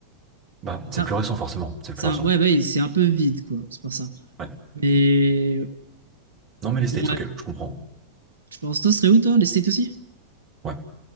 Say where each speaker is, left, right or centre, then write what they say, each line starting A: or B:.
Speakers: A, on the right; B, on the right.
A: Bah, c'est
B: ça,
A: plus récent, forcément. C'est
B: ça
A: plus récent.
B: ouais, ouais, bah oui, c'est un peu vide, quoi. C'est pour ça.
A: Ouais.
B: Mais
A: Non, mais les States,
B: ouais,
A: ok, je comprends.
B: je pense, toi, ce serait où, toi, les States aussi?
A: Ouais.